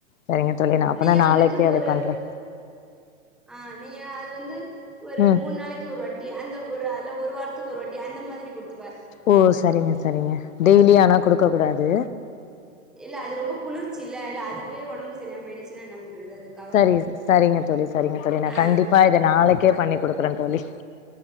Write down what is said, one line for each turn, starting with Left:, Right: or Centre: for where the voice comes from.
Left: சரிங்க தோழி நா அப்பனா
Centre: நீங்க
Left: நாளைக்கே
Centre: வந்துட்டு
Left: அது
Centre: ஒரு
Left: பண்ற
Centre: ஆ நீங்க அது வந்து ஒரு
Left: ம்
Centre: மூணு நாளைக்கு ஒரு வாட் டி அந்த ஒரு அல்ல ஒரு வாரத்துக்கு ஒரு வாட்டி அந்த மாரி குடு
Left: ஓ சரிங்க சரிங்க டெய்லி
Centre: ம்
Left: ஆனா
Centre: ம்
Left: குடுக்க கூடாது
Centre: இல்ல அது ரொம்ப குளிர்ச்சில்ல இல்ல அதுவே ஒடம்பு சரி இல்லாம போயிடுச்சுனா என்ன பண்றது அதுக்
Left: சரிங்க சிஸ் சரிங்க தோழி சரிங்க தோழி நா
Centre: ஆ
Left: கண்டிப்பா இத நாளைக்கே பண்ணி குடுக்குற தோழி